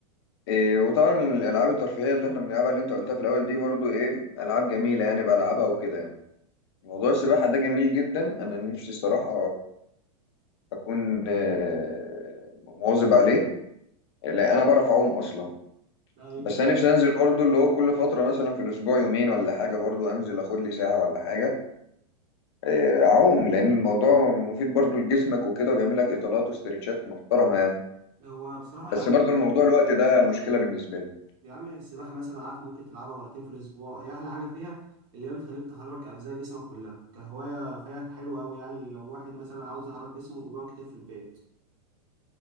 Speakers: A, on the left (about 45°); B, on the right (about 25°).
A: إيه وطبعا الالعاب الترفيهيه اللي احنا بنلعبها اللي انت قلتها في الاول دي برضو ايه العاب جميله يعني بلعبها وكده يعني موضوع السباحه ده جميل جدا انا نفسي الصراحه اكون آه، مواظب عليه لا انا بعرف اعوم اصلا
B: أيوة
A: بس انا نفسي انزل برضو اللي هو كل فتره مثلا في الاسبوع يومين ولا حاجه برضو انزل اخد لي ساعه ولا حاجه آه، اعوم لان الموضوع مفيد برضو لجسمك وكده وبيعمل لك اطالات واسترتشات محترمه يعني
B: هو بصراحة
A: بس
B: يعني
A: برضو الموضوع الوقت ده مشكله بالنسبه لي
B: يا عم السباحة مثلا عارف ممكن تلعبها مرتين في الأسبوع هي أحلى حاجة فيها اللي هي بتخليك تحرك أجزاء جسمك كلها كهواية فيها حلوة أوي يعني لو واحد مثلا عاوز يحرك جسمه وبيقعد كتير في البيت